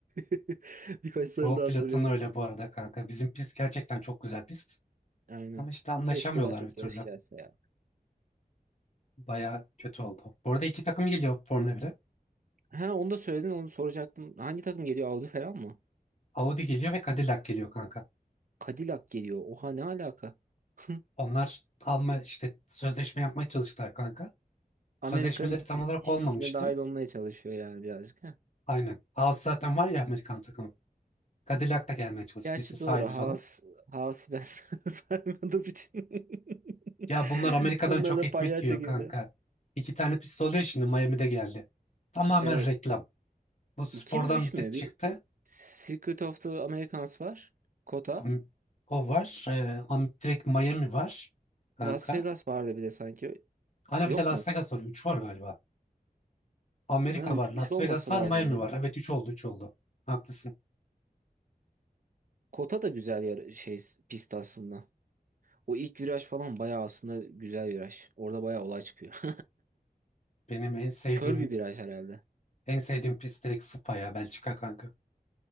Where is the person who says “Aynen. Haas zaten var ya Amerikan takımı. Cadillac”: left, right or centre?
Left